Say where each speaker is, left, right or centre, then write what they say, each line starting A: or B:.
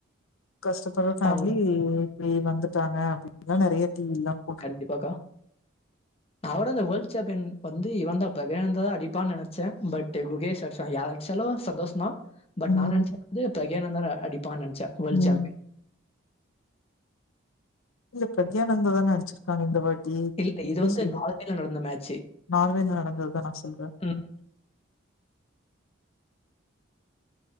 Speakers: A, on the left; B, on the left.
A: கஷ்டப்படற ஃபேமிலி
B: அவங்க
A: இப்டி வந்துட்டாங்க அப் <inaudible> நறைய டி வி ல்லா போட்
B: டிப்பாக்கா நவட அந்த வேல் ச்சாப்யன் வந்து இவந்தா <unintelligible> வந்து இவந்தா ப்ரக்யானந்தா தா அடிப்பா நெனச்ச பட் குகேஷ் அட்ஷா யார் அட்ச்சாலு சந்தோஷந்தா பட்
A: ம்
B: நா நெனச்சது வந்து ப்ரக்யானந்தா த அடிப் ப்பா நெனச்ச வோல்டு
A: ம்
B: ச்சாம்
A: இல்ல ப்ரத்யானந்தா தான அடிச்சிருக்காங்க இந்த வேல்டு ட்டி
B: இல்ல
A: குக்கேஷில்ல
B: இது வந்து நார்வேல நடந்த மேட்ச்சு.
A: நார்வேல நடந்ததுதா நா சொல்ற
B: ம்.